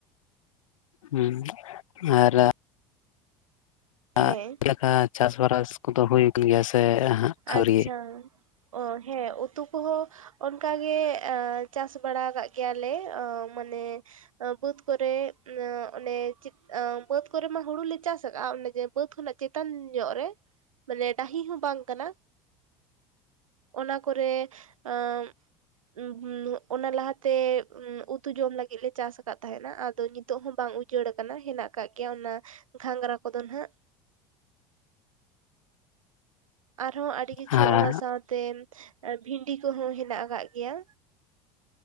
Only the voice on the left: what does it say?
ᱦᱩᱸ ᱟᱨ ᱟ
<unintelligible> ᱞᱮᱠᱟ ᱪᱟᱥᱵᱟᱨᱟᱥ ᱠᱚᱫᱚ ᱦᱩᱭ ᱠᱟᱱ ᱜᱮᱭᱟ ᱥᱮ ᱦᱟᱸᱜ ᱟᱹᱣᱨᱤ
ᱟᱨ